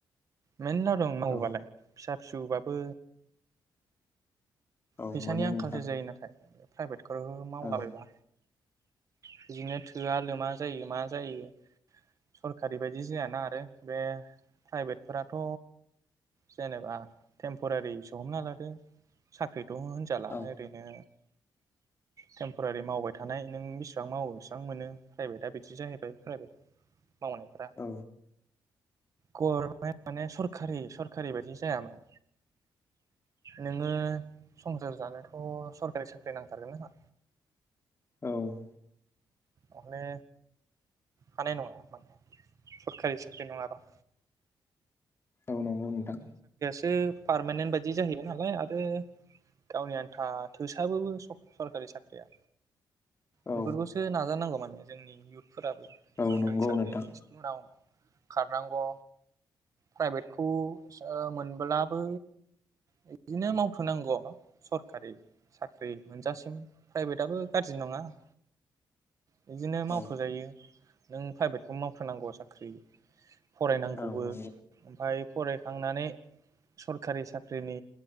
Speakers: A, on the right; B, on the left.
A: मेरला दंङो मावोबालाय
B: औ
A: फिसा फिसौ बाबो
B: औ
A: फैसानि
B: मोनो
A: आंखालसो
B: नोंथां
A: जायो नाथाय प्राइभेट खो मावलाबायबा
B: ओं
A: बिदिनो थोआ लोमा जायो मा जायो सर खारि बायदि जायाना आरो बे प्राइभेटफोराथ' जेनेबा टेम्परारिसो हमना लादो साख्रि थ' होनजाला
B: औ
A: ओरैनो टेम्परारि मावबाय थानाय नों बेसेबां मावो बेसेबां मोनो प्राइभेटआ बिदि जाहैबाय प्राइभेट मावनायफोरा
B: औ
A: गरमेन्ट माने सरकारि सर खारि बायदि जायामोन नोङो संसार जानोथ' सरखारि साख्रि नांथारगोन ना
B: औ
A: माने हानाय नङा माने सरखारि सा बे नङाबा
B: औ नंगौ नोंथां
A: बियो पारमानेन्ट बायदि जाहैबाय नालाय आरो गावनि आन्था थोस्लाबो सरखारि साख्रिया
B: औ
A: बेफोरखौसो नाजानांगौ माने । जोंनि इयुथ फोराबो
B: औ
A: सरखारि
B: नंगौ
A: साख्रिनि
B: नोंथां
A: खिथु उनाव खारनांगौ प्राइभेट खौ सो उह मोनब्लाबो बिदिनो मावथ'नांगौ सरखारि साख्रि मोनजासिम प्राइभेटआबो गाज्रि नंङा । बिदिनो मावथ'जायो
B: औ
A: । नों प्राइभेटखौ मावथारनांगौआ साख्रि फरायनांगौबो
B: औ नंगौ
A: ओमफाय फरायखांनानै सरखारि साख्रिनि